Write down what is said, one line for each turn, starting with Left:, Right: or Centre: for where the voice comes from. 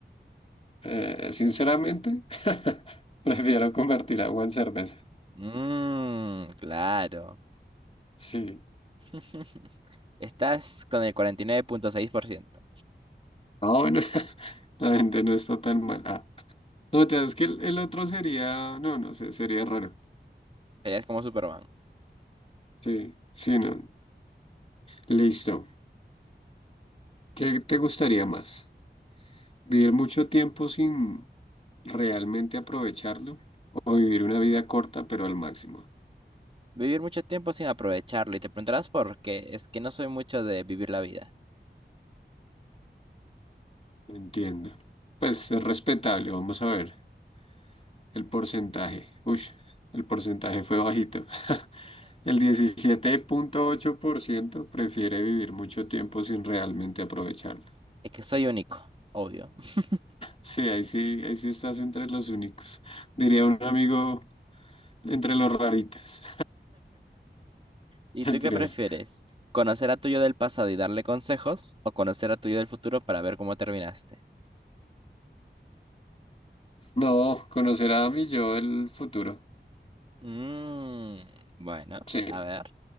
Left: Eh, sinceramente, <laughs> prefiero convertir agua en cerveza.
Right: Mmm, claro.
Left: Sí.
Right: <laughs> Estás con el cuarenta y nueve punto seis por ciento
Left: Ah, bueno, <laughs> la gente no está tan mal. Ah, no, te das que el, el otro sería, no, no sé, sería raro.
Right: Serías como Superman.
Left: Sí, sí, no. Listo. ¿Qué te gustaría más? Vivir mucho tiempo sin realmente aprovecharlo o vivir una vida corta pero al máximo.
Right: Vivir mucho tiempo sin aprovecharlo. Y te preguntarás por qué. Es que no soy mucho de vivir la vida.
Left: Entiendo. Pues es respetable, vamos a ver. El porcentaje. Uy, el porcentaje fue bajito. <laughs> El diecisiete punto ocho por ciento prefiere vivir mucho tiempo sin realmente aprovecharlo.
Right: Es que soy único, obvio. <laughs>
Left: Sí, ahí sí, ahí sí estás entre los únicos. Diría un amigo entre los raritos.
Right: ¿Y
Left: <laughs> Mentiras.
Right: tú qué prefieres? ¿Conocer a tuyo del pasado y darle consejos? ¿O conocer a tuyo del futuro para ver cómo terminaste?
Left: No, conocer a mi yo del futuro.
Right: Mm, bueno,
Left: Sí.
Right: a ver.